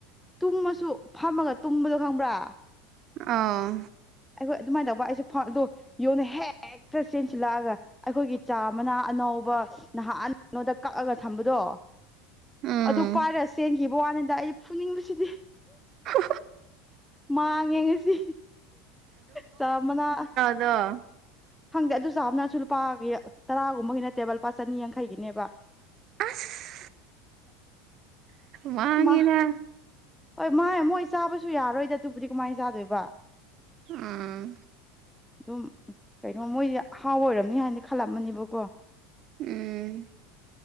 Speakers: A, in the centre; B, on the right.
A: ꯇꯨꯝꯃꯁꯨ ꯐꯝꯃꯒ ꯇꯨꯝꯕꯗꯣ ꯈꯪꯕ꯭ꯔꯥ
B: ꯑꯥ
A: ꯑꯩꯈꯣꯏ ꯑꯗꯨꯃꯥꯏꯅ ꯇꯧꯕ ꯑꯩꯁꯨ ꯐꯥꯎ ꯑꯗꯨ ꯌꯣꯟꯅ ꯍꯦꯛꯇ ꯆꯦꯟꯁꯤꯜꯂꯛꯑꯒ ꯑꯩꯈꯣꯏꯒꯤ ꯆꯥ ꯃꯅꯥ ꯑꯅꯧ ꯕ ꯅꯍꯥꯟ ꯅꯣꯏꯗ ꯀꯛꯑꯒ ꯊꯝꯕꯗꯣ
B: ꯎꯝ
A: ꯑꯗꯨ ꯄꯥꯏꯔ ꯆꯦꯟꯈꯤꯕ ꯋꯥꯅꯤꯗ ꯑꯩ ꯐꯨꯅꯤꯡꯕꯁꯤꯗꯤ
B: ꯍ
A: ꯃꯥꯡ ꯌꯦꯡꯉꯁꯤ ꯆꯥꯃꯅꯥ
B: ꯗꯣ
A: ꯈꯪꯗꯦ ꯑꯗꯨꯁꯨꯞꯅꯁꯨ ꯂꯨꯄꯥꯒꯤ ꯇꯔꯥꯒꯨꯝꯕꯒꯤꯅ ꯇꯦꯕꯜ ꯂꯨꯄꯥ ꯆꯅꯤ ꯌꯥꯡꯈꯩꯒꯤꯅꯦꯕ
B: ꯑꯁ ꯃꯥꯉꯤꯔ
A: ꯃꯥ ꯍꯣꯏ ꯃꯥꯥꯏ ꯃꯣꯏ ꯆꯥꯕꯁꯨ ꯌꯥꯔꯣꯏꯗ ꯑꯗꯨꯕꯨꯗꯤ ꯀꯃꯥꯏꯅ ꯆꯥꯗꯣꯏꯕ
B: ꯑꯥ
A: ꯑꯗꯨꯝ ꯀꯩꯅꯣ ꯃꯣꯏꯗꯤ ꯑꯍꯥꯎ ꯑꯣꯏꯔꯝꯅꯤ ꯍꯥꯏꯅ ꯈꯜꯂꯝꯃꯅꯦꯕꯀꯣ
B: ꯎꯝ